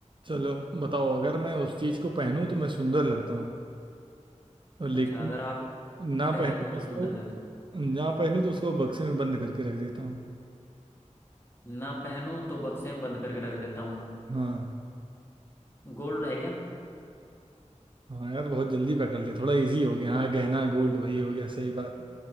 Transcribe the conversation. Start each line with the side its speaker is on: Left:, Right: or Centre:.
Right: चलो बताओ अगर मैं उस चीज को पहनूं तो मैं सुंदर लगता हूँ और लेकिन
Left: अच्छा अगर आप
Right: ना
Left: पहनो
Right: पहनूं तो
Left: तो
Right: उसको
Left: सुंदर लगते हो।
Right: ना पहनूं तो उसको बक्से में बंद करके रख देता हूँ
Left: ना पहनो तो बक्से में बंद करके रख देता हूँ
Right: हाँ
Left: गोल्ड है क्या
Right: हाँ यार बहुत जल्दी पकड़ लिया थोड़ा इजी हो गया हाँ गहना गोल्ड वही हो गया सही बात